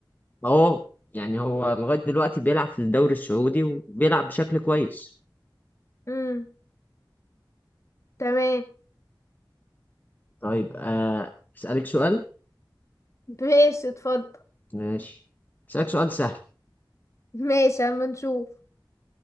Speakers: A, on the left; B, on the left.
A: فهو يعني هو لغاية دلوقتي بيلعب في الدوري السعودي وبيلعب بشكل كويس
B: امم تمام
A: طيب آه، أسألك سؤال
B: ماشي اتفضل
A: ماشي أسألك سؤال سهل
B: ماشي اما نشوف